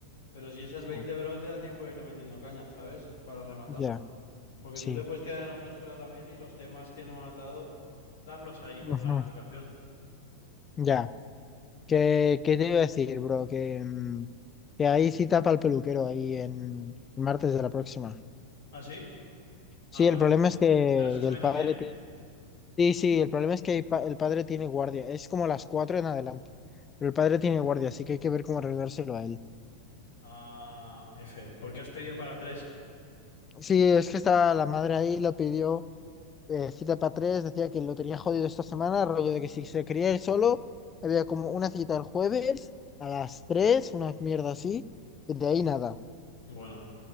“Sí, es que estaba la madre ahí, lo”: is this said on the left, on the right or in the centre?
Left